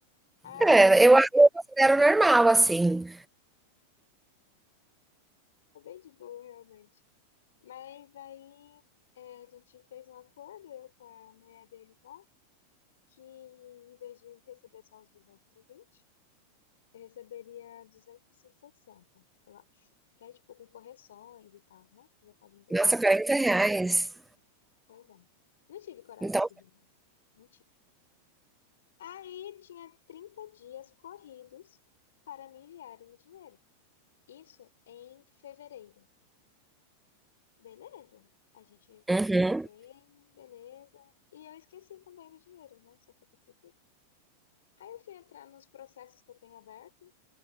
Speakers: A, on the left; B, in the centre.
A: Aí,
B: É, eu, eu considero normal, assim.
A: foi bem de boa, realmente. Mas aí é, a gente fez um acordo, eu com a mulher dele lá, que em vez de receber só os 220, eu receberia 260, eu acho. Que é tipo com correções e tal, né? Já fazem dois
B: Nossa,
A: anos.
B: 40 reais.
A: Dois anos. Não tive coragem
B: Então
A: de pedir mais. Não tive. Aí tinha 30 dias corridos para me enviarem o dinheiro. Isso em fevereiro. Beleza. A gente,
B: uhum.
A: tá, ok, beleza. E eu esqueci também do dinheiro, né? Só porque esqueci. Aí eu fui entrar nos processos que eu tenho aberto.